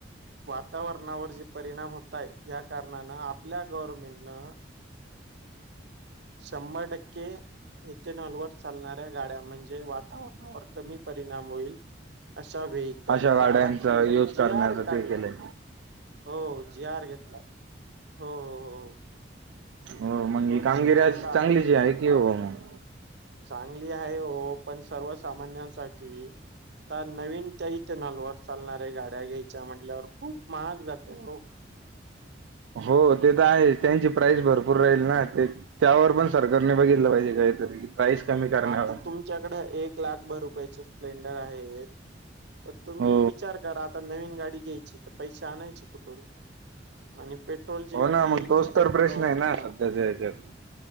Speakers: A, on the right (about 60°); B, on the right (about 80°).
A: वातावरणावर जे परिणाम होतय, या कारणान आपल्या गव्हर्मेंटनं शंभर टक्के इथेनॉल वर चालणाऱ्या गाड्या म्हणजे ए वातावरणावर कमी परिणाम होईल, अशा व्हेहीकलचा,
B: अशा गाड्यांचा
A: काहीतरी,
B: यूज
A: जी
B: करण्याचं
A: आर काढलाय,
B: ते केलंय
A: हो जी आर घेतला, हो हो हो हो.
B: हो मग
A: तो
B: ही कामगिरी
A: जी आर
B: अशी चागलीची आहे की हो मग.
A: चांगली आहे हो, पण सर्वसामान्यांसाठी, त्या नवीन त्या इथनलवर चालणाऱ्या गाड्या घ्यायच्या म्हटल्यावर, खूप महाग जातय हो.
B: हो ते त आहे, त्यांची प्राईस भरपूर राहील ना, ते त्यावर पण सरकारने बघितलं पाहिजे, काहीतरी. प्राईस कमी करण्यावर
A: आता तुमच्याकडे एक लाख भर रुपयाचे स्प्लेंडर आहे. तर तुम्ही
B: हो
A: विचार करा, आता नवीन गाडी घ्यायची त, पैसे आणायचे कुठून. आणि पेट्रोलची
B: हो
A: गाडी,
B: ना मग तोच
A: जी पेट्रोलवर
B: तर प्रश्न आहे
A: चाल
B: ना
A: नार,
B: सध्याच्या ह्याच्यात